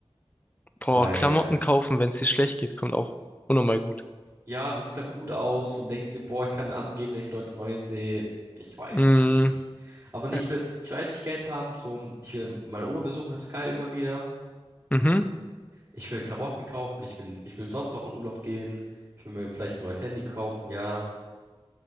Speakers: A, on the left; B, on the right.
A: Boah,
B: weil,
A: Klamotten kaufen, wenn es dir schlecht geht, kommt auch unnormal gut.
B: ja, du siehst dann gut aus und denkst dir, boah, ich kann angeben, wenn ich Leute neu sehe. Ich weiß
A: Mm,
B: nicht. Aber nee,
A: äh,
B: ich will, ich will eigentlich Geld haben zum, ich will meine Oma besuchen in der Türkei irgendwann wieder.
A: mhm,
B: Ich will Klamotten kaufen, ich will, ich will sonst noch in Urlaub gehen. Ich will mir vielleicht ein neues Handy kaufen, ja.